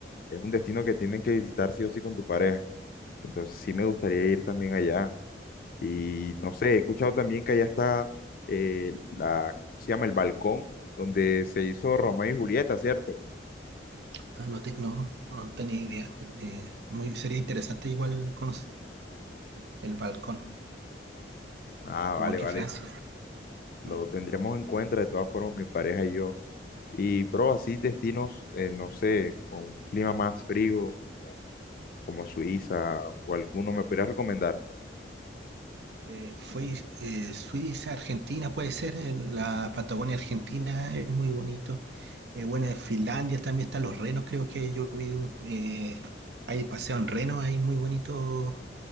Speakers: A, on the left; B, on the right.
A: es un destino que tienen que visitar sí o sí con tu pareja. Entonces sí me gustaría ir también allá. Y no sé, he escuchado también que allá está eh, la, se llama el balcón donde se hizo Romeo y Julieta, ¿cierto?
B: Ah, no, te- no, no tenía idea. Eh, muy, sería interesante igual conocer el balcón,
A: Ah,
B: igual
A: vale,
B: que
A: vale.
B: Francia.
A: Lo
B: Eh,
A: tendremos en cuenta de todas formas, mi pareja y yo. Y, bro, así destinos, eh, no sé, con un clima más frío, como Suiza o alguno, ¿me podrías recomendar?
B: eh, fue eh, Suiza, Argentina, puede ser, eh, la Patagonia Argentina es muy bonito. Eh, bueno, en Finlandia también están los renos, creo que yo vi, eh, hay paseo en renos, hay muy bonito.